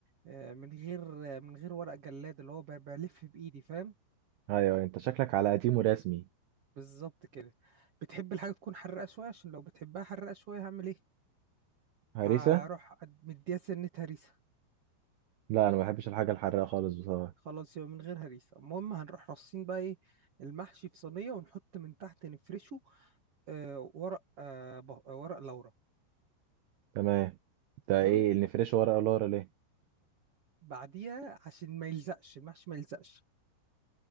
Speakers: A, on the right (about 60°); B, on the right (about 85°).
A: آه، من غير آه، من غير ورق جلاد اللي هو ب- بلف بإيدي فاهم
B: ايوه انت شكلك على قديم ورسمي
A: بالظبط كده بتحب الحاجة تكون حرقة شوية عشان لو بتحبها حرقة شوية هعمل إيه
B: هريسه
A: هروح أد- مديها سنة هريسة
B: لا انا ما بحبش الحاجه الحراقه خالص بصراحه
A: خلاص يبقى من غير هريسة المهم هنروح رصين بقى إيه المحشي في صينية ونحط من تحت نفرشه آه، ورق آه، بق- ورق لورا
B: تمام
A: تمام
B: ده ايه اللي نفرشه ورقه لورا ليه
A: بعديها عشان ما يلزقش المحشي ما يلزقش